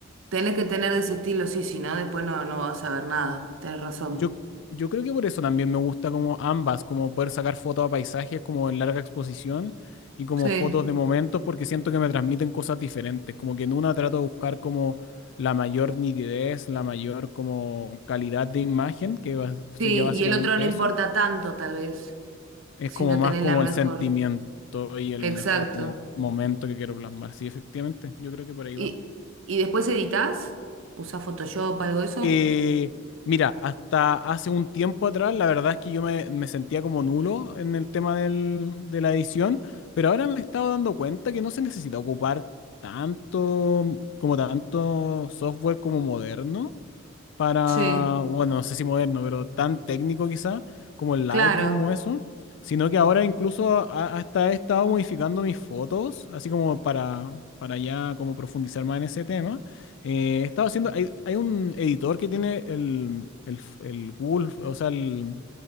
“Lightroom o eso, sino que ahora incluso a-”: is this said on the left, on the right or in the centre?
Left